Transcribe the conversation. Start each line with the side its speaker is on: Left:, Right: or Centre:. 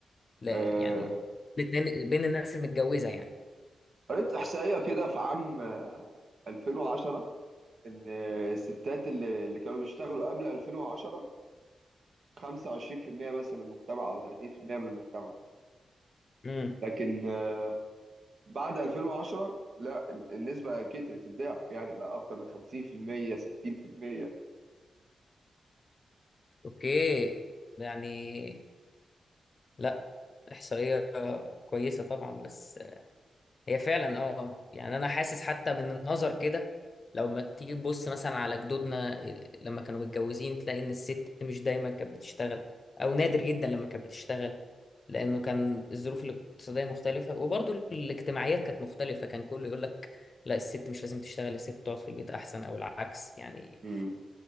Left: لا
Right: آه،
Left: يعني الاتنين- بين الناس المتجوزة يعني
Right: قريت احصائيه كده في عام آه، 2010 ان الستات اللي اللي كانوا بيشتغلوا قبل 2010 25% مثلا من المجتمع او 30% من المجتمع
Left: امم
Right: لكن آه، بعد 2010 لا النسبة كترت الضعف يعني بقى أكتر من 50% 60%
Left: اوكي يعني لا احصائية كويسة طبعا بس هي فعلا اه يعني انا حاسس حتى من النظر كده لو ما تيجي تبص مثلا على جدودنا لما كانوا متجوزين تلاقي ان الست مش دايما كانت بتشتغل او نادر جدا لما كانت بتشتغل لانه كان الظروف الاقتصاديه مختلفه وبرضه الاجتماعيات كانت مختلفه كان كله يقول لك لا الست مش لازم تشتغل الست تقعد في البيت احسن او العكس يعني
Right: امم